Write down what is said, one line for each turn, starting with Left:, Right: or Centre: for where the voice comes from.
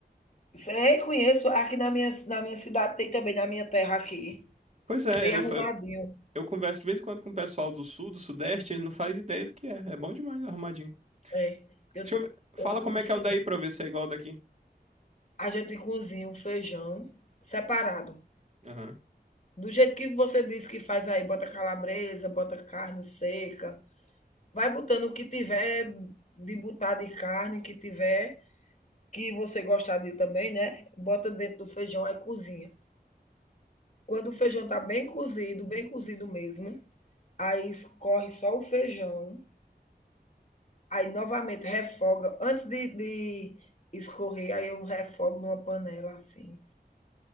Left: Sei, conheço. Aqui na minha, na minha cidade tem também, na minha terra aqui.
Right: Pois é,
Left: Tem
Right: eu,
Left: arrumadinho.
Right: fa- eu converso de vez em quando com o pessoal do sul, do sudeste, ele não faz ideia do que é. É bom demais arrumadinho.
Left: É. Eu,
Right: Deixa eu ver- Fala
Left: eu
Right: como
Left: conheci.
Right: é que é o daí
Left: um.
Right: pra eu ver se é igual ao daqui.
Left: A gente cozinha o feijão separado.
Right: Aham,
Left: Do jeito que você disse que faz aí, bota calabresa, bota carne seca, Vai botando o que tiver de botar de carne, que tiver, que você gostar de também, né? Bota dentro do feijão aí cozinha. Quando o feijão tá bem cozido, bem cozido mesmo, aí escorre só o feijão, aí novamente refoga. Antes de, de escorrer, aí eu refogo numa panela assim.